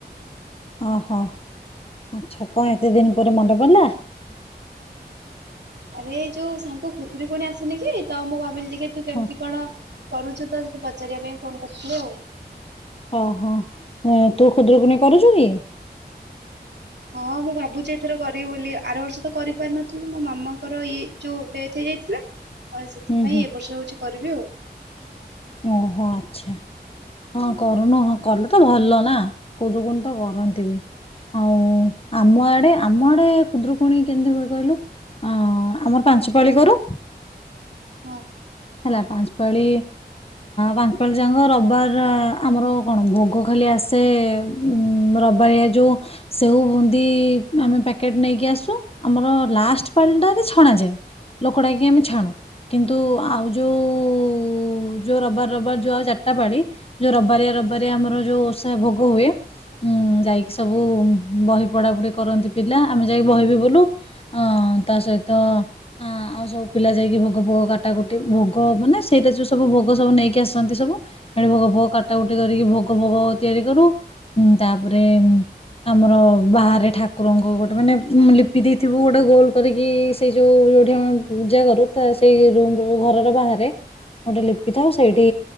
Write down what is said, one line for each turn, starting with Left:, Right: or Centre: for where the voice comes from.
Left: ଓହୋ ଆଛା ପତି ଦିନ ପରେ ମଣ୍ଡେ ପଡିଲା।
Right: ଆରେଇ ଯୋଉ ସାଙ୍ଗ ଖୁଦୁରୀ ପୁଣି ଆସନି କି ତ ମୁଁ ଭାବିଲି। ତୁ କେମିତି
Left: ହଁ
Right: କଣ? କରୁଛୁ ତ ସେଠି ପଚାରିବା ପାଇଁ ଫୋନ କରିୁଥିଲୁ ଆଉ।
Left: ଓହୋ ତୁ କ୍ଷୁଦ୍ର ଗଣି କରୁଛୁ କି?
Right: ହଁ ମୁଁ ଭାବୁଛି ଏଥର କରିବି ବୋଲି ଆର ବର୍ଷ ତ କରିପାରିନଥିଲି ମୋ ମାମାଙ୍କର ଇ ଯୋଉ ଡେଥ ହେଇଯାଇଥିଲା। ଆଉ ସେଥିପାଇଁ
Left: ହୁଁ ହୁଁ
Right: ଏ ବର୍ଷ ହଉଛି କରିବି ଆଉ।
Left: ଓହୋ ଆଚ୍ଛା ହଁ କରୁନୁ ହଁ କଲେ ତ ଭଲ ନା ଖୁଦୁକୁଣୀ ତ କରନ୍ତି ବି ଆଉ ଆମ ଆଡେ ଆମ ଆଡେ ଖୁଦ୍ରକୁଣୀ କେମିତି କୁ କହିଲୁ ଆମର ପାଞ୍ଚପାଳି କରରୁ
Right: ହଁ
Left: ହେଲା ପାଞ୍ଚ ପାାଳି ପାଞ୍ଚ ପାାଳି ଯଙ୍ଗ ରବିବାର ଆମର କଣ ଭୋଗ ଖାଲି ଆସେ ଉ ରବାର ଯୋଉ ସେବଉ ବୁନ୍ଦି ଆମେ ପ୍ୟାକେଟ ନେଇକି ଆସୁ ଆମର ଲାଷ୍ଟ ପାଳି ଟାାରେ ଛଣାଯାଏ ଲୋକଡାକ ଆମେ ଛାଣୁ କିନ୍ତୁ
Right: ହୁଁ
Left: ଆଉ ଯୋଉ ରବିବାର ରିବାର ଯୋଉ ଆଉ ଚାରିଟା ପାଳି ଯୋଉ ରବାରିଆ ରବିବାରିଆ ଆମର ଯୋଉ ଓଷା ଭୋଗ ହୁଏ ଯାଇକି ସବୁ ବହି ପଢାପଢ଼ି କରନ୍ତି ପିଲା ଆମେ ଯାଇକି ବହି ବି ବୋଲୁ ତା ସହିତ ଆଉ ସବୁ ପିଲା ଯାଇକି ଭୋଗ ଫୋଗ କାଟା କ ଭୋଗ ମାନେ ସେଇଟ ଯୋଉ ସବୁ ଭୋଗ ସବୁ ନେଇକି ଆସନ୍ତି ସବୁ ସେଠି ଭୋଗ ଫୋଗ କାଟାକୁଟି କରିକି ଭୋଗ ଭୋଗ ତିଆରି କରୁ ତାପରେ ଆମର ବାହାରେ ଠାକୁରଙ୍କୁ ଗୋଟେ ମାନେ ଲିପି ଦେଇଥିବୁ ଗୋଟେ ଗୋଲ କରିକି ସେଇ ଯୋଉ ଯଠି ଆମେ ପୂଜା କରୁ ତା ସେଇ ଘରର ବାହାରେ ଗୋଟେ ଲିପି ଥାଉ ସେଇଠି